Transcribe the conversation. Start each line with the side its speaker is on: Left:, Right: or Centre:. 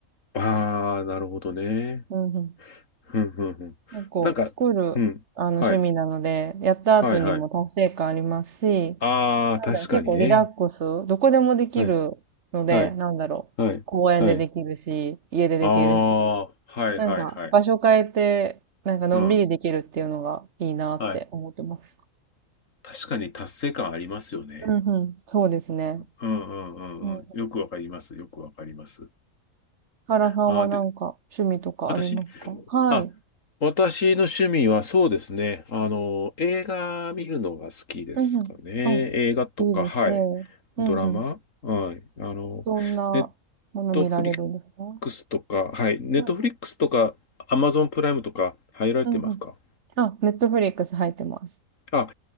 Left: ああ、なるほどね。
Right: うんうん。
Left: ふんふんふん。
Right: 結構作る、
Left: なんか、うん。
Right: あの、
Left: はい。
Right: 趣味なので、やった後にも達成感ありますし、
Left: はい、はい。ああ、
Right: なんだろう、
Left: 確かにね。
Right: 結構リラックス、どこでもできるので、
Left: はい。はい。
Right: なんだろう、
Left: はい。
Right: 公園でできるし、
Left: はい。
Right: 家でできるし、
Left: ああ、はい、
Right: なんか場所変えて、
Left: はい、はい。
Right: なんかのんびりできるっていうのがいいなって思ってます。
Left: うん。はい。確かに達成感ありますよね。
Right: うんうん、そうですね。
Left: うん、うん、うん、
Right: うん。
Left: うん。よくわかります。よくわかります。
Right: 原さんはなんか趣味とかありますかはい。
Left: ああ、で、私あ私の趣味はそうですね。あの、映画見るのが好きですかね。
Right: うんうん。うん。
Left: 映画とか、
Right: いいですね。
Left: はい。
Right: うんうん。
Left: ドラマはい。あの、
Right: どんなもの見られるんですか
Left: ネットフリックスとか、はい。ネットフリックスとか、
Right: うん
Left: アマゾンプライムとか入られてますか
Right: うんうん。あ、ネットフリックス入ってます。
Left: あ、